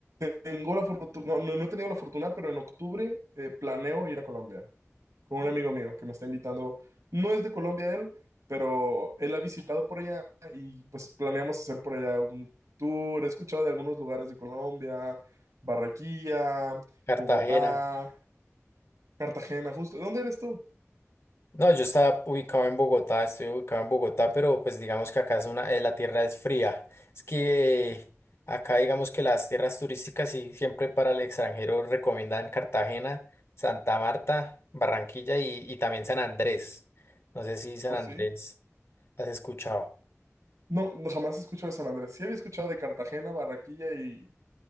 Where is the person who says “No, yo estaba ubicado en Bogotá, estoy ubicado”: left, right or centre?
Left